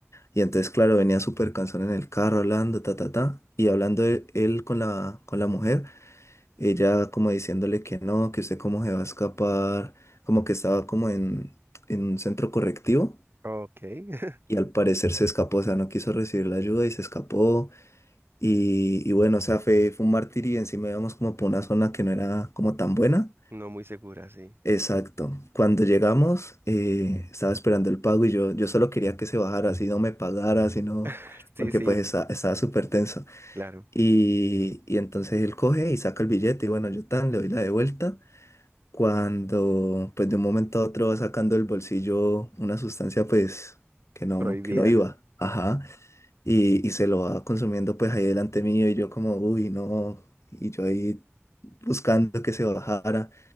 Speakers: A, on the left (about 80°); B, on the right (about 55°).
A: Y entonces, claro, venía súper cansón en el carro hablando, ta, ta, ta, y hablando él, él con la, con la mujer ella como diciéndole que no, que usted cómo se va a escapar, como que estaba como en, en un centro correctivo
B: Ok. <laughs>
A: y al parecer se escapó, o sea, no quiso recibir la ayuda y se escapó y, y bueno, o sea, fue, fue un martirio y encima íbamos como por una zona que no era como tan buena.
B: No muy segura, sí.
A: Exacto. Cuando llegamos, eh, estaba esperando el pago y yo, yo solo quería que se bajara, así no me pagara, así no,
B: <laughs> Sí,
A: porque
B: sí,
A: pues esta- estaba súper tenso.
B: claro.
A: Y, y entonces él coge y saca el billete y bueno, yo tan le doy la de vuelta. cuando pues de un momento a otro va sacando del bolsillo una sustancia pues que no,
B: Prohibida.
A: que no iba, ajá, y, y se lo va consumiendo pues ahí delante mío y yo como, uy, no, y yo ahí buscando que se bajara, o